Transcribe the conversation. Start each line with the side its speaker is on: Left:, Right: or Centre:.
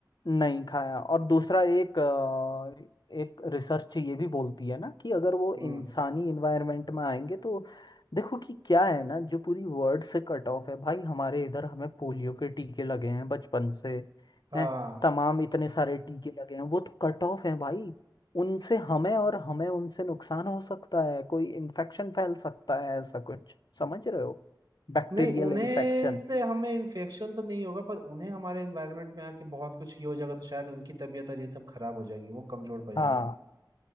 Left: नहीं खाया और दूसरा एक अ, एक रिसर्च ये भी बोलती है ना कि अगर वो
Right: हम्म
Left: इंसानी इन्वायरमेंट में आएंगे तो देखो कि क्या है ना जो पूरी वर्ल्ड से कट ऑफ है भाई हमारे इधर हमें पोलियो के टीके लगे हैं बचपन से
Right: हाँ
Left: हैं तमाम इतने सारे टीके लगे हैं वो तो कट ऑफ है भाई उनसे हमें और हमें उनसे नुकसान हो सकता है कोई इन्फेक्शन फैल सकता है ऐसा कुछ समझ रहे हो Bacterial
Right: नहीं उन्हें
Left: infection
Right: से हमें इन्फेक्शन तो नहीं होगा पर उन्हें हमारे एनवायरनमेंट में आके बहुत कुछ ये हो जाएगा तो शायद उनकी तबीयत और ये सब खराब हो जाएगी वो कमजोर पड़ जाएंगे
Left: हाँ